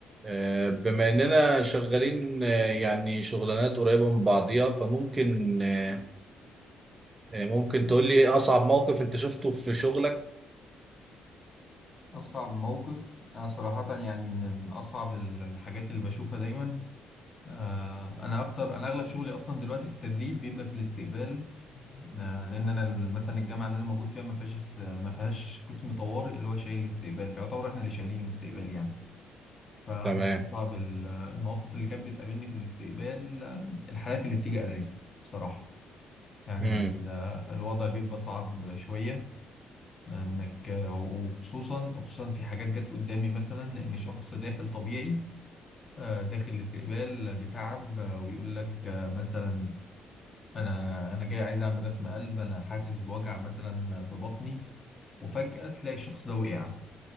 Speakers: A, on the right; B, on the left.
A: آه، بما اننا شغالين آه، يعني شغلانات قريبة من بعضيها فممكن آه، آه، ممكن تقول لي ايه اصعب موقف انت شفته في شغلك
B: أصعب موقف أنا صراحة يعني من أصعب ال- الحاجات اللي بشوفها دايما آه، أنا أكتر أنا أغلب شغلي أصلا دلوقتي في التدريب بيبقى في الاستقبال آه، لأن أنا ال- مثلا الجامعة اللي أنا موجود فيها ما فيهاش اس- ما فيهاش قسم طوارئ اللي هو شايل الاستقبال فيعتبر إحنا اللي شايلين الاستقبال يعني فمن
A: تمام
B: أصعب ال- المواقف اللي كانت بتقابلني في الاستقبال آه، الحالات اللي بتيجي أريست بصراحة يعني
A: امم
B: ال- الوضع بيبقى صعب شوية انك وخصوصا وخصوصا في حاجات جت قدامي مثلا ان شخص داخل طبيعي آه، داخل الاستقبال بتعب آه، ويقول لك آه، مثلا انا انا جاي عايز اعمل رسم قلب انا حاسس بوجع مثلا في بطني وفجأة تلاقي الشخص ده وقع